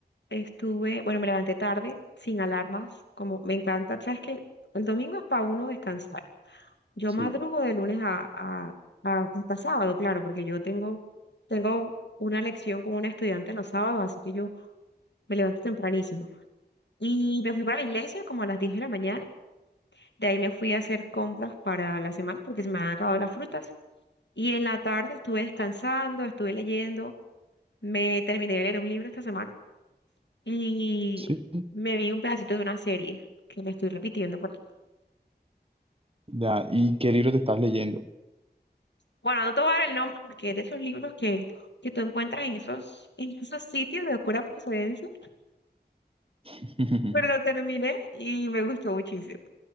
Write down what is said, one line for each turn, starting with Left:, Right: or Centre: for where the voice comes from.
Left: estuve, bueno, me levanté tarde, sin alarmas, como me encanta. Sabes que el domingo es para uno descansar. Yo
Right: Sí.
Left: madrugo de lunes a, a, a- hasta sábado, claro, porque yo tengo, tengo una lección con una estudiante los sábados, así que yo me levanto tempranísimo. Y me fui para la iglesia como a las 10 de la mañana. De ahí me fui a hacer compras para la semana porque se me han acabado las frutas. Y en la tarde estuve descansando, estuve leyendo. Me terminé de leer un libro esta semana y
Right: Sí,
Left: me vi un pedacito de una serie que me estoy repitiendo. Por... ahí.
Right: ya. ¿Y qué libro te estás leyendo?
Left: Bueno, no te voy a dar el nombre porque es de esos libros que, que tú encuentras en esos, en esos sitios de oscura procedencia,
Right: <laughs>
Left: pero lo terminé y me gustó muchísimo.